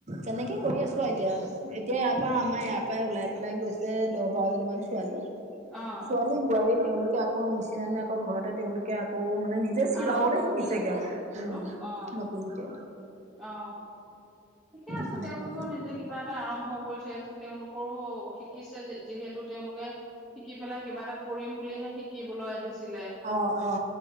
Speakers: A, on the right; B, in the centre.
A: তেনেকে কৰি
B: অ
A: আছো আও এতিয়া এতিয়া ইয়াৰ পৰা আমাৰ ইয়াৰ পৰাই ওলাই পেলাই গৈছে দহ বাৰজনীমান ছোৱালী
B: অ
A: ছোৱালী বোৱাৰী তেওঁলোকে আকৌ মিচিন আনে, আকৌ ঘৰতে তেওঁলোকে আকৌ মানে নি যে চিলাবলে
B: আৰম্ভ কৰিছে
A: শিকিছেগে
B: নতুনকে
A: আৰু উ
B: অ
A: নতুনকে
B: অ ঠিকে আছে
A: সেনেকে
B: তেওঁলোকেও নিজে কিবা এ টা আৰম্ভ কৰিছে তেওঁলোকৰো শিকিছে যিহেতু তেওঁলোকে শিকি পেলাই কিবা এটা কৰিম বুলিহে শিকিবলৈ আহি ছিলে
A: অ অ